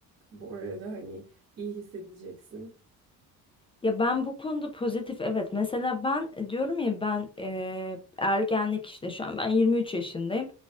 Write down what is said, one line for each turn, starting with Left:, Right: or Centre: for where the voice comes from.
Right: bu arada hani iyi hissedeceksin.
Left: Ya ben bu konuda pozitif evet. Mesela ben e, diyorum ya ben eee, ergenlik işte şu an ben 23 yaşındayım.